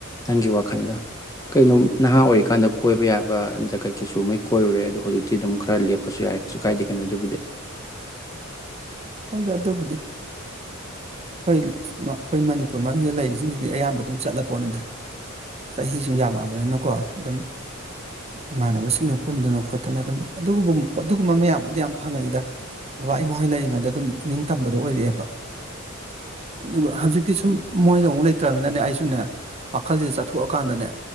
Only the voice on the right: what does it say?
ꯍꯣꯏꯗ ꯑꯗꯨꯕꯨꯗꯤ ꯑꯩꯈꯣꯏ ꯑꯩꯈꯣꯏ ꯃꯅꯤꯄꯨꯔ ꯃꯅꯨꯡꯁꯤ ꯂꯩꯁꯤꯡꯁꯤꯗꯤ ꯑꯌꯥꯝꯕ ꯑꯗꯨꯝ ꯆꯠꯂ ꯄꯣꯠꯅꯤꯗ ꯆꯍꯤꯁꯨ ꯌꯥꯝꯃꯛꯑꯕꯅꯤꯅꯀꯣ ꯑꯗꯨꯝ ꯏꯃꯥꯟꯅꯕꯁꯤꯡꯅ ꯄꯨꯟꯗꯅ ꯈꯣꯠꯇꯅ ꯑꯗꯨꯝ ꯑꯗꯨꯒꯨꯝꯕ ꯑꯗꯨꯒꯨꯝꯕ ꯃꯌꯥꯝꯕꯨꯗꯨ ꯌꯥꯝ ꯐꯪꯉꯛꯏꯗ ꯕꯥ ꯏꯃꯍꯣꯏ ꯂꯩꯔꯤꯉꯩꯗ ꯑꯗꯨꯝ ꯏꯅꯤꯡꯇꯝꯕꯗꯣ ꯑꯣꯏꯔꯛꯑꯦꯕ ꯑꯗꯨꯒ ꯍꯧꯖꯤꯛꯇꯤ ꯁꯨꯝ ꯃꯣꯏꯒ ꯑꯃꯨꯛ ꯂꯩꯇ꯭ꯔꯕꯅꯤꯅꯅꯦ ꯑꯩꯁꯨꯅꯦ ꯃꯈꯈꯜꯁꯦ ꯆꯠꯊꯣꯛꯑꯀꯥꯟꯗꯅꯦ